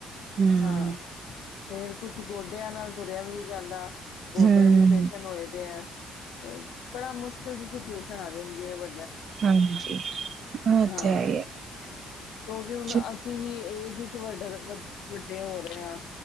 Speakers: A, on the right; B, on the left.
A: ਹਮ
B: ਹਾਂ ਫੇਰ ਕੁੱਛ ਗੋਡਿਆਂ ਨਾਲ ਤੁਰਿਆ ਵੀ ਨਹੀਂ ਜਾਂਦਾ ਗੋਡੇ
A: ਹਮ
B: ਵੀ ਫੇਸ਼ਨ ਹੋਏ ਦੇ ਹੈ ਤੇ ਬੜਾ ਮੁਸ਼ਕਿਲ ਦੀ ਸਿਚੁਏਸ਼ਨ ਆ ਰ ਹੁੰਦੀ ਹੈ ਵ
A: ਹਾਂਜੀ ਹ ਇਥੇ
B: ਹਾਂ
A: ਹੈ ਹੀ ਆ
B: ਕਿਉਂਕਿ ਹੁਣ ਅਸੀਂ ਵੀ ਏਜ ਵਿੱਚ ਵੱਡਰ ਵ ਵੱਡੇ ਹੋ ਰਹੇ ਆ